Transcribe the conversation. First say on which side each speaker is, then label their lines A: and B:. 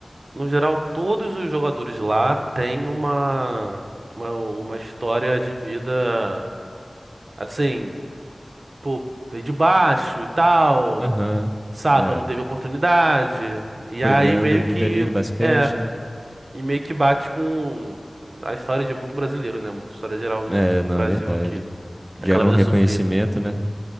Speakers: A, on the right (about 70°); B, on the right (about 20°).
A: no geral, todos os jogadores lá têm uma, uma, uma história de vida, assim, pô, veio de baixo e tal,
B: Aham.
A: saca,
B: É,
A: não teve oportunidade. E
B: foi
A: aí
B: ganhando
A: meio
B: a vida
A: que,
B: ali no basquete,
A: é,
B: né?
A: e meio que bate com a história de muito brasileiro, né? Muita história geral do
B: É, não,
A: Brasil
B: é verdade.
A: aqui, daquela
B: Gera
A: vida
B: um reconhecimento,
A: sofrida.
B: né?